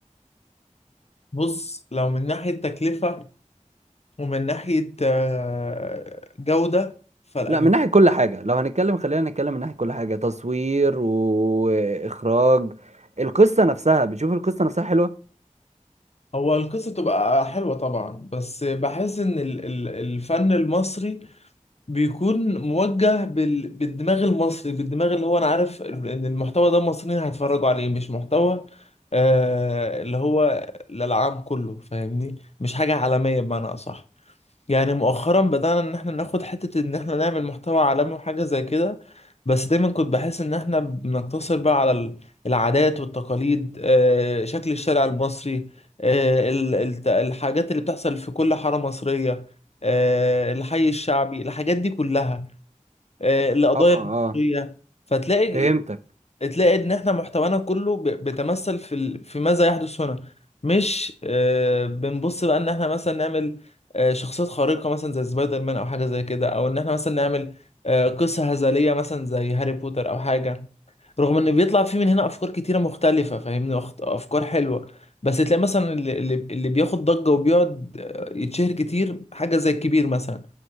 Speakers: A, on the left; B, on the right.
A: بص لو من ناحيه تكلفه ومن ناحية آه، جودة فالأجنبي
B: لا من ناحيه كل حاجه لو هنتكلم خلينا نتكلم من ناحيه كل حاجه تصوير واخراج القصه نفسها بتشوف القصه نفسها حلوه
A: هو القصة تبقى حلوة طبعا بس بحس إن ال- ال- الفن المصري بيكون موجه بال- بالدماغ المصري بالدماغ اللي هو أنا عارف إن المحتوى ده المصريين هيتفرجوا عليه مش محتوى آه، اللي هو للعام كله فاهمني مش حاجة عالمية بمعنى أصح يعني مؤخرا بدأنا ان احنا ناخد حتة ان احنا نعمل محتوى عالمي وحاجة زي كده بس دايما كنت بحس ان احنا بنقتصر بقى على ال- العادات والتقاليد آه، شكل الشارع المصري آه، ال- الت- الحاجات اللي بتحصل في كل حارة مصرية آه، الحي الشعبي الحاجات دي كلها آه، القضايا
B: اه اه
A: المصرية فتلاقي
B: فهمتك
A: تلاقي ان احنا محتوانا كله ب- بيتمثل في ال... في ماذا يحدث هنا مش آه بنبص بقى ان احنا مثلا نعمل آه شخصيات خارقة مثلا زي سبايدر مان او حاجة زي كده او ان احنا مثلا نعمل آه قصة هزلية مثلا زي هاري بوتر او حاجة رغم ان بيطلع فيه من هنا افكار كتيره مختلفه فاهمني أخت- افكار حلوه بس تلاقي مثلا اللي, اللي اللي بياخد ضجه وبيقعد آه، يتشهر كتير حاجه زي الكبير مثلا